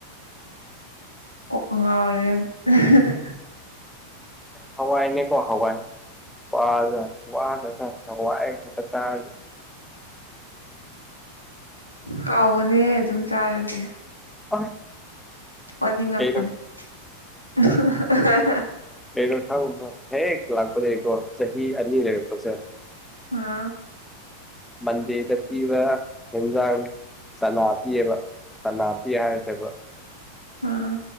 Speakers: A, on the left; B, in the centre.
A: ꯀꯣꯛꯀꯥ ꯉꯥꯎꯔꯦꯗ ꯍꯧꯖꯤꯛ
B: ꯍꯋꯥꯏ ꯅꯦ ꯀꯣ ꯍꯋꯥꯏ ꯋꯥꯖꯠꯅꯤ ꯋꯥꯒ꯭ꯔꯥꯖꯠꯅꯤ ꯌꯝ ꯋꯥꯏ ꯆꯥꯛ ꯆꯥꯔꯖꯨ
A: ꯍꯥꯎꯕꯅꯦꯍꯦ ꯑꯗꯨꯝ ꯆꯥꯔꯗꯤ
B: <unintelligible>
A: ꯑꯣꯅꯤꯡꯉꯛꯄꯅꯤ
B: ꯀꯩꯅꯣ
A: <unintelligible>
B: ꯄꯦꯔꯣꯠ ꯈꯪꯕꯔꯥ ꯍꯦꯛ ꯂꯥꯛꯄꯗꯒꯤꯀꯣ ꯆꯍꯤ ꯑꯅꯤ ꯂꯩꯔꯛꯄꯁꯦ
A: ꯎꯝ
B: ꯃꯟꯗꯦꯗ ꯄꯤꯕ ꯍꯦꯟꯖꯥꯡ ꯆꯅꯥ ꯄꯤꯌꯦꯕ ꯆꯅꯥꯄꯤꯌꯦ ꯍꯥꯏꯔꯁꯦꯕ
A: ꯑꯥ